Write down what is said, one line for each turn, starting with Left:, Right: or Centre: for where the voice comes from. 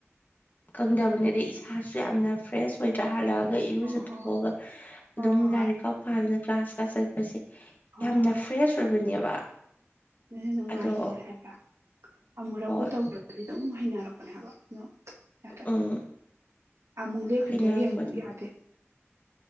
Left: ꯀꯪꯗꯕꯅꯦ ꯑꯗꯩ ꯏꯁꯥꯁꯨ ꯌꯥꯝꯅ ꯐ꯭ꯔꯦꯁ ꯑꯣꯏꯣꯏꯗ꯭ꯔꯥ ꯍꯜꯂꯛꯑꯒ ꯏꯔꯨꯖꯊꯣꯛꯑꯒ
Right: ꯍꯣ ꯍꯣ
Left: ꯑꯗꯨꯝ
Right: ꯍꯣꯏ
Left: ꯂꯥꯏꯔꯤꯛ ꯈꯥꯎ ꯄꯥꯗꯅ ꯀ꯭ꯂꯥꯁ ꯀꯥꯁ ꯆꯠꯄꯁꯦ
Right: ꯍꯣꯏ
Left: ꯌꯥꯝꯅ ꯐ꯭ꯔꯦꯁ ꯑꯣꯏꯕꯅꯦꯕ
Right: ꯑꯗꯨ ꯅꯨꯡꯉꯥꯏꯕꯅꯦ
Left: ꯑꯗꯣ
Right: ꯍꯥꯏꯕ ꯑꯃꯨꯔꯛꯄꯨ
Left: ꯍꯣꯏ
Right: ꯇꯧꯕ꯭ꯔꯗꯤ ꯑꯗꯨꯝ ꯍꯩꯅꯔꯛꯄꯅꯦ ꯍꯥꯏꯕ ꯑꯗꯣ ꯌꯥꯔ
Left: ꯎꯝ
Right: ꯑꯃꯨꯛ ꯂꯦꯛꯞꯈꯤꯕꯗꯒꯤ
Left: ꯍꯩꯅꯔꯛꯄꯅꯦ
Right: ꯑꯃꯨꯛ ꯌꯥꯗꯦ